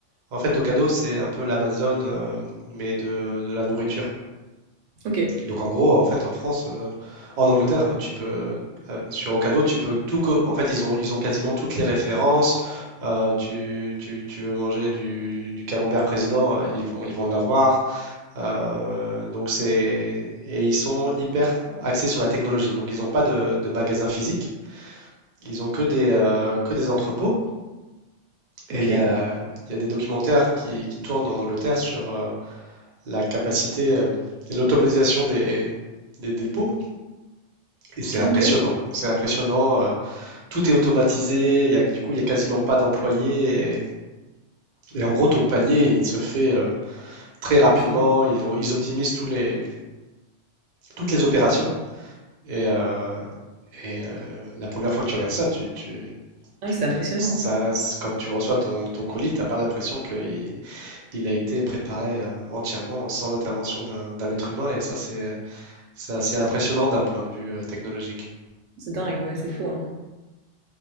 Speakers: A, on the right (about 45°); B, on the right (about 75°).
A: En fait, Ocado, c'est un peu l'Amazon, euh, mais de, de la nourriture.
B: Ok,
A: Donc en gros, en fait, en France, euh, en Angleterre, euh, tu peux euh, euh, sur Ocado, tu peux tout. co- En fait, ils ont ils ont quasiment toutes les références. Euh, tu, tu- tu veux manger du, du camembert président, euh, ils vont ils vont l'avoir. Euh, donc c'est et ils sont hyper axés sur la technologie. Donc ils n'ont pas de, de magasin physique. Ils ont que des euh, que des entrepôts. Et
B: ok,
A: il y a, il y a des documentaires qui, qui tournent en Angleterre sur euh, la capacité, euh, et l'automatisation des des dépôts. Et c'est impressionnant.
B: ok.
A: C'est impressionnant. euh, tout est automatisé. Il y a, du coup, il n'y a quasiment pas d'employés. Et, et en gros, ton panier, il se fait euh, très rapidement.
B: C'est fou.
A: Ils, ont- ils optimisent tous les, toutes les opérations. Et, euh, et, euh, la première fois que tu regardes ça, tu, tu-
B: Ah,
A: tu-
B: ouais, c'est impressionnant.
A: ça,
B: hein.
A: c'est- quand tu reçois ton, ton colis, t'as pas l'impression qu'il il a été préparé euh, entièrement sans l'intervention d'un d'un être humain. Et ça, c'est c'est assez impressionnant d'un point de vue euh, technologique.
B: C'est dingue, ouais, c'est fou. hein.